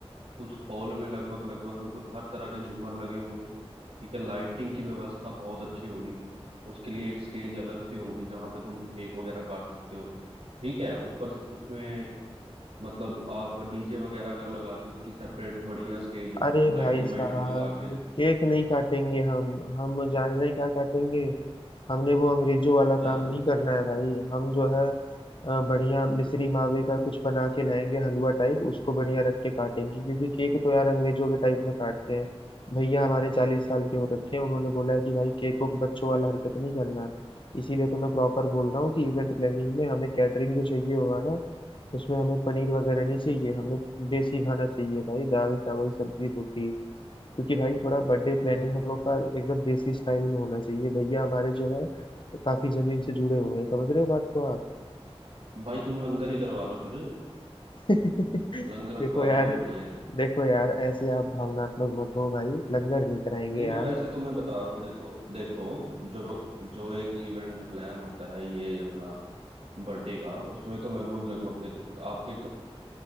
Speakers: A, on the right (about 70°); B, on the left (about 50°).
A: उस हॉल में लगभग लगभग मतलब हर तरह के झूमर लगे होंगे ठीक है लाइटिंग की व्यवस्था बहुत अच्छी होगी उसके लिए एक स्टेज अलग से होगी जहाँ पे तुम केक वगैरह काट सकते हो ठीक है ऊपर स- उसमें मतलब आप डीजे वगैरह अगर लगाते हो उसकी सेपरेट बढ़िया स्टेज
B: अरे
A: लाइटिंग
B: भाई साहब
A: वाइटिंग लगा के
B: केक नहीं काटेंगे हम हम जान रहे हैं क्या काटेंगे हमने वो अंग्रेजों वाला
A: क्या
B: काम नहीं करना है भाई हम जो है अ, बढ़िया मिश्री मावे का कुछ बना के लाएंगे हलवा टाइप उसको बढ़िया रख के काटेंगे क्योंकि केक तो यार अंग्रेजों के टाइप में काटते हैं भैया हमारे चालीस साल के हो रखे हैं उन्होंने बोला है कि भाई केक को बच्चों वाला हरकत नहीं करना इसीलिए तो मैं प्रॉपर बोल रहा हूँ कि इवेंट प्लानिंग में हमें कैटरिंग जो चाहिए होगा ना उसमें हमें पनीर वगैरह नहीं चाहिए हमें देसी खाना चाहिए भाई दाल चावल सब्जी रोटी क्योंकि भाई थोड़ा बर्थडे प्लानिंग
A: तो
B: हम लोग का एकदम देसी स्टाइल में होना चाहिए भैया हमारे जो है काफी जमीन से जुड़े हुए हैं समझ रहे हो बात को आप
A: भाई तुम लंगर ही करवा लो फिर
B: <laughs>
A: लंगर रखवा
B: देखो यार
A: लो वो बढ़िया है
B: देखो यार ऐसे आप भावनात्मक मत हो भाई लंगर नहीं कराएंगे
A: नहीं
B: यार
A: मैं वैसे तुम्हें बता रहा हूँ देखो देखो जो जो एक इवेंट प्लान होता है ये अपना बर्थडे का उसमें तो लगभग लगभग देखो आपके क-